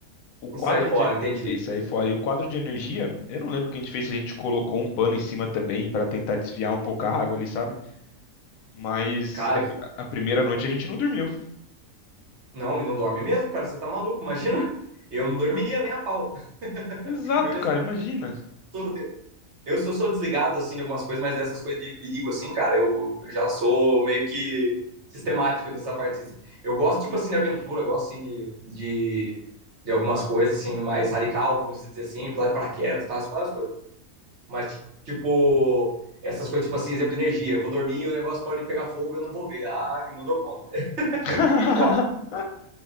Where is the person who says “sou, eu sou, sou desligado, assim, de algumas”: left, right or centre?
Right